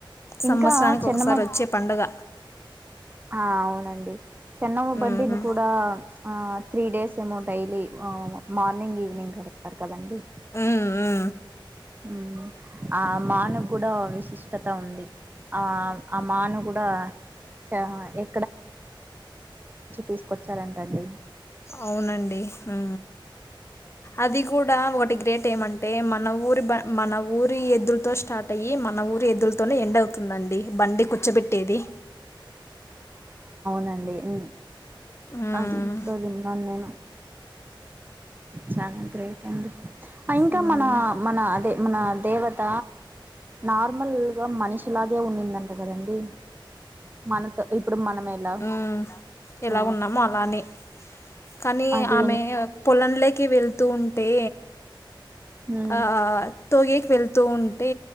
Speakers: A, on the right (about 20°); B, on the left (about 30°).
A: ఇంకా
B: సంవత్సరానికి
A: చిన్నమబ్
B: ఒకసారి వచ్చే పండగ
A: ఆ అవునండి. చెన్నమ బండిని
B: మ్మ్
A: కూడా ప్చ్ ఆ త్రీ డేస్ ఏమో డైలీ ఆ మార్నింగ్ ఈవినింగ్ కడ తారు కదండి.
B: ఉమ్ ఊ
A: ఉమ్ ఆ మాను గుడా విశిష్టత ఉంది. ఆ ఆ మాను గుడా సింహమే ఏ తీసుకొచ్చారంటండి
B: అవునండి ఊ అది గూడా ఒటి గ్రేట్ ఏమంటే మన ఊరి బ మన ఊరి ఎద్దులుతో స్టార్ట్ అయ్యి మన ఊరి ఎద్దులుతోనే ఎండ్ అవుతుందండి బండి కూర్చోబెట్టేది.
A: నండీ ఉమ్
B: మ్మ్
A: అది ఎక్కడో విన్నాన్ నేను చాలా గ్రేట్ అండి. అ ఇంక
B: మ్మ్
A: మన మన అదే మన దేవత నార్మల్గా మనిషిలాగే, ఉనిదంట కదండి మనతో ఇప్పుడు మనం ఎలా
B: ఉమ్ ఎలా
A: ఆ,
B: ఉన్నామో అలానే కానీ
A: అది
B: ఆమె పొలంలోకి వెళ్తూ ఉంటే
A: ఉమ్,
B: ఆ ఆ తోఏక్ వెళ్తూ ఉంటే